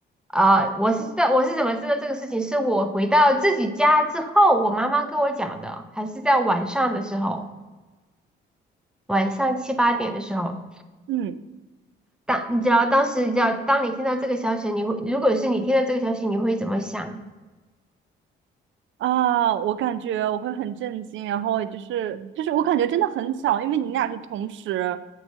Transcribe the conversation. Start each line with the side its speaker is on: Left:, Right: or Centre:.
Centre: 啊，我是知道我是怎么知道这个事情，是我回到自己家之后，我妈妈跟我讲的，还是在晚上的时候，晚上七八点的时候。
Right: 嗯
Centre: 当你知道当时，你知道当你听到这个消息，你会如果是你听到这个消息，你会怎么想？
Right: 啊，我感觉我会很震惊，然后就是就是我感觉真的很巧，因为你俩是同时，